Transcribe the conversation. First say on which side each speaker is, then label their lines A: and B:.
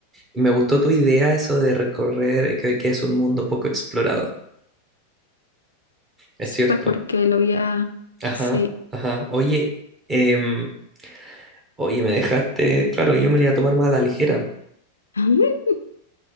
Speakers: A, on the right; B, on the left.
A: Me gustó tu idea eso de recorrer, que, que es un mundo poco explorado. Es
B: sí,
A: cierto.
B: pues porque lo había,
A: Ajá,
B: sí.
A: ajá. Oye, em, oye, me dejaste, claro, yo me lo iba a tomar más a la ligera.
B: <laughs>